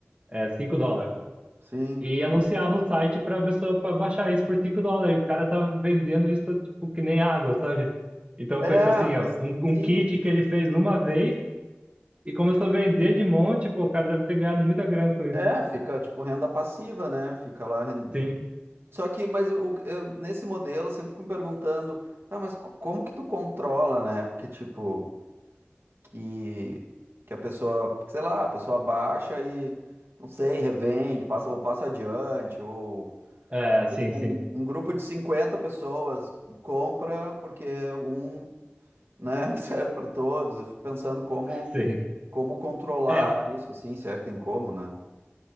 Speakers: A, on the right; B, on the right.
A: é, 5 dólares.
B: sim,
A: E anunciava o site para a pessoa para baixar isso por 5 dólares. E o cara tá vendendo isso tipo que nem água, sabe? Então
B: é,
A: pensa assim,
B: pois
A: ó, um, um
B: sim,
A: kit que ele fez uma vez E começou a vender de monte, pô, o cara deve ter ganhado muita grana com isso.
B: É, fica tipo renda passiva, né? Fica lá. ren-
A: Sim,
B: Só que, mas o- eu- nesse modelo, eu sempre fico me perguntando, tá, mas co- como que tu controla, né? Porque, tipo, que, que a pessoa, sei lá, a pessoa baixa e, não sei, revende, passa, ou passa adiante, ou
A: é, sim, sim,
B: um, um grupo de 50 pessoas compra porque um, né, <laughs> serve para todos. Eu fico pensando como,
A: <laughs> sim.
B: como controlar
A: É, eu
B: isso, assim, se é que tem como, né?